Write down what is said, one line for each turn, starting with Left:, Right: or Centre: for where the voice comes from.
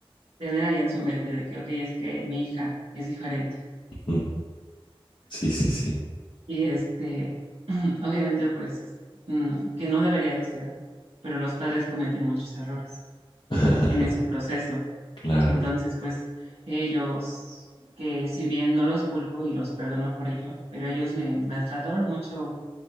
Right: tener ahí en su mente de que, ok, es que mi hija es diferente
Left: Ujú, Sí, sí, sí.
Right: y este, <clears throat> obviamente pues mm, que no debería de ser, pero los padres cometen muchos errores
Left: <laughs>
Right: en ese proceso.
Left: Claro,
Right: Entonces, pues ellos, que si bien no los culpo y los perdono por ello, pero ellos me maltrataron mucho